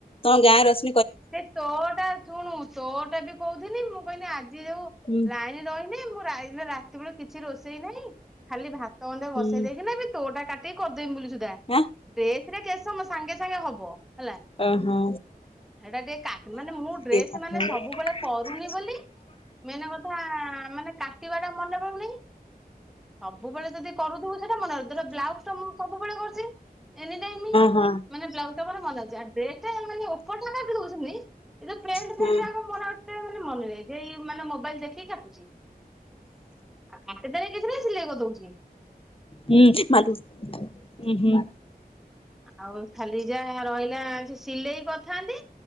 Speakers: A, on the left; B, in the centre.
A: ତମ ଗାଁରୁ ଆସି
B: ସେଇ ତୋରଟା ଶୁଣୁ ତୋରଟା ବି କହୁଥିଲି ମୁଁ କହିଲି ଆଜି ଯୋଉ
A: ହୁଁ
B: ଲାଇ ଆଜି ରହିମି ମୁଁ ରା ଏ ରାତି ବେଳୁ କିଛି ରୋଷେଇ ନାହିଁ। ଖାଲି ଭାତ ଗଣ୍ଡେ
A: ହୁଁ।
B: ବସେଇ ଦେଇକିନା ବି ତୋରଟା କାଟିକି କରିଦେମି ବୋଲି ସୁଦ୍ଧା।
A: ଆଁ
B: ଡ଼୍ରେସରେ କେତେ ସମୟ ସାଙ୍ଗେ ସାଙ୍ଗେ ହବ ହେଲା।
A: ଏ ହଁ
B: ହେଟା ଟିକେ କାଟୁନୁ ମାନେ ମୁଁ ଡ୍ରେସ୍
A: କଥା
B: ମାନେ ସବୁବେଳେ କରୁନି
A: ହୁଁ ହଁ
B: ବୋଲି ମେନ୍ କଥା ମାନେ କାଟିବାଟା ମନେ ପଡୁନି। ସବୁବେଳେ ଯଦି କରୁଥିବୁ ସେଟା ମନେ ରହିବ। ଧର ବ୍ଲାଉଜ୍ ଟା ମୁଁ ସବୁବେଳେ କରୁଚି। ଏନିଟାଇମ୍
A: ହଁ ହଁ
B: ମାନେ ବ୍ଲାଉଜଟା ମନେ ଅଛି। ଆ ଡ୍ରେସ୍ ଟା ମାନେ ଓପରଟା କାଟି ଦଉଚି ସେମିତି ଏ ଯୋଉ ପେଣ୍ଟ
A: ହୁଁ
B: ଫେଣ୍ଟ ଉରାକ ମୋର ଏତେ ମାନେ ନାହିଁ। ହେଇ ମାନେ ମୋବାଇଲ ଦେଖିକି କାଟୁଚି। ଆଉ କାଟିଦେଲେ କିଛି ନାହିଁ ସିଲେଇ କରି ଦଉଚି।
A: ହୁଁ ମା ଲୋ ଉଁ ହୁଁ।
B: ଆଉ ଖାଲି ଯାହା ରହିଲା ସିଲେଇ କରିଥାନ୍ତି।